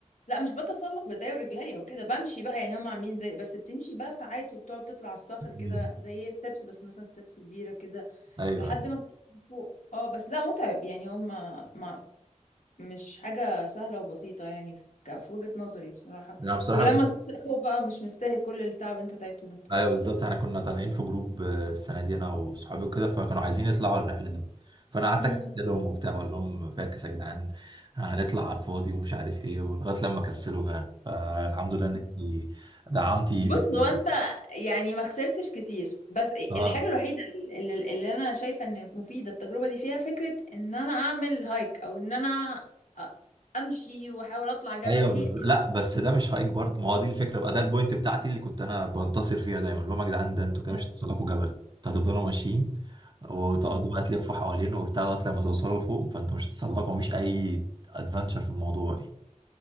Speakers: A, on the left; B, on the right.
A: لا مش بتسلق بايديا ورجليا وكده بمشي بقى يعني هم عاملين زي بس بتمشي بقى ساعات وبتقعد تطلع على الصخر كده
B: أمم.
A: زي ستيبس بس مثلا ستيبس كبيره كده
B: ايوه
A: لحد
B: ايوه
A: ما توصل فوق اه بس لا متعب يعني هم ما مش حاجه سهله وبسيطه يعني في ك- في وجهه نظري بصراحه
B: انا بصراحه
A: ولما توصل فوق بقى مش مستاهل كل التعب اللي انت تعبته ده
B: ايوه بالظبط احنا كنا طالعين في جروب آه، السنه دي انا وصحابي وكده فكانوا عايزين يطلعوا الرحله دي فانا قعدت
A: امم
B: اكسلهم وبتاع اقول لهم فاكس يا جدعان هنطلع على الفاضي ومش عارف ايه ولغايه لما كسلوا فعلا فالحمد لله انك دعمتي
A: بص
B: فكرتي
A: هو انت يعني ما خسرتش كتير بس
B: اه
A: الحاجة الوحيدة اللي, اللي انا شايفة ان مفيدة التجربة دي فيها فكرة ان انا اعمل هايك او ان انا أ- امشي واحاول اطلع جبل
B: ايوه
A: هي
B: بز... لا بس ده مش هايك برضه ما هو دي الفكره بقى ده البوينت بتاعتي اللي كنت انا بنتصر فيها دايما اللي هم يا جدعان ده انتوا كده
A: لا
B: مش هتوصلكوا جبل انتوا هتفضلوا ماشيين وتقعدوا
A: مم.
B: بقى تلفوا حوالينه وبتاع لغايه لما توصلوا فوق فانتوا مش هتتسلقوا مفيش اي ادفنتشر في الموضوع يعني